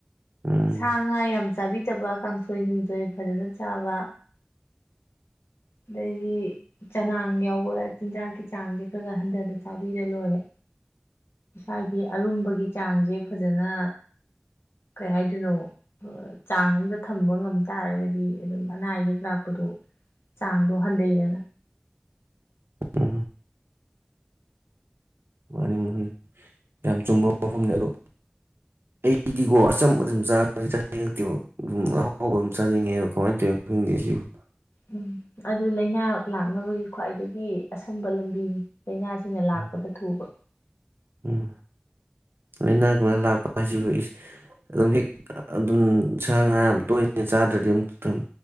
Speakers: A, on the right; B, on the left.
A: ꯎꯝ
B: ꯁꯥ ꯉꯥ ꯌꯥꯝ ꯆꯥꯕꯤꯗꯕ ꯀꯥꯡꯁꯣꯏ ꯅꯨꯡꯁꯣꯏ ꯐꯖꯅ ꯆꯥꯕ ꯑꯗꯩꯩꯗꯤ ꯆꯅꯥꯡ ꯌꯥꯎꯕ ꯆꯤꯟꯖꯥꯛꯀꯤ ꯆꯥꯡꯁꯦ ꯈꯔ ꯈꯔ ꯍꯟꯗꯅ ꯆꯥꯕꯤꯔ ꯂꯣꯏꯔꯦ ꯏꯁꯥꯒꯤ ꯑꯔꯨꯝꯕꯒꯤ ꯆꯥꯡꯁꯦ ꯐꯖꯅ ꯀꯩ ꯍꯥꯏꯗꯣꯏꯅꯣ ꯆꯥꯡ ꯑꯝꯗ ꯊꯝꯕ ꯉꯝ ꯇꯥꯔꯒꯗꯤ ꯑꯗꯨꯝ ꯑꯅꯥ ꯑꯌꯦꯛ ꯂꯥꯛꯄꯗꯣ ꯆꯥꯡꯗꯣ ꯍꯟꯗꯩꯩꯒꯅ
A: ꯎꯝ ꯃꯥꯅꯤ ꯃꯥꯅꯤ ꯌꯥꯝ ꯆꯨꯝꯕ ꯋꯥꯐꯝꯅꯦ ꯑꯗꯨ ꯑꯩꯗꯤꯀꯣ ꯑꯆꯝ ꯆꯥ ꯆꯥꯅꯤꯡꯉꯛꯇꯦꯕ ꯑꯗꯨꯝ ꯑꯍꯥꯎꯕ ꯑꯗꯨꯝ ꯆꯥꯅꯤꯡꯉꯦꯕ ꯀꯃꯥꯏꯅ ꯇꯧꯔꯤꯅ <unintelligible>
B: ꯎꯝ ꯑꯗꯨ ꯂꯥꯏꯅꯥ ꯂꯥꯛꯅꯕꯒꯤ ꯈ꯭ꯋꯥꯏꯗꯒꯤ ꯑꯁꯝꯕ ꯂꯝꯕꯤꯅꯤ ꯂꯥꯏꯅꯥꯁꯤꯡꯅ ꯂꯥꯛꯄꯗ
A: ꯎꯝ
B: ꯊꯨꯕ
A: ꯎꯝ ꯂꯥꯏꯅꯥ ꯈꯨꯨꯅꯥ ꯂꯥꯛꯄ ꯍꯥꯏꯁꯤ ꯑꯗꯨꯝ ꯍꯦꯛ ꯑꯗꯨꯝ ꯁꯥ ꯉꯥ ꯌꯥꯝ ꯇꯣꯏꯅ ꯆꯥꯗ꯭ꯔꯗꯤ ꯑꯃꯝꯝ